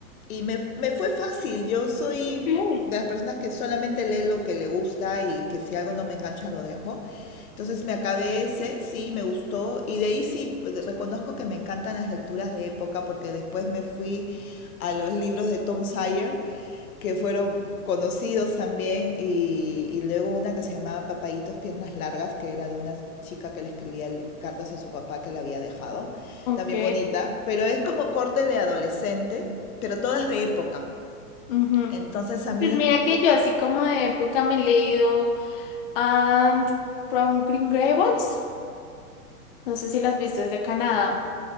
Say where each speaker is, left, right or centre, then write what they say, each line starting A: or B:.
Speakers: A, on the left; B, on the left.
A: y me, me fue fácil. Yo soy
B: Ok.
A: de las personas que solamente lee lo que le gusta y que si algo no me engancha lo dejo. Entonces me acabé ese, sí, me gustó. Y de ahí sí, pues, reconozco que me encantan las lecturas de época porque después me fui a los libros de Tom Sawyer, que fueron conocidos también. Y, y luego una que se llamaba Papayitos Piernas Largas, que era de una chica que le escribía l- cartas a su papá que la había dejado
B: Ok.
A: también bonita, pero es como corte de adolescente, pero todas de época.
B: Ujú.
A: Entonces a mí
B: Pues mira que yo así como de época me he leído And from Green Gables, no sé si las viste, es de Canadá,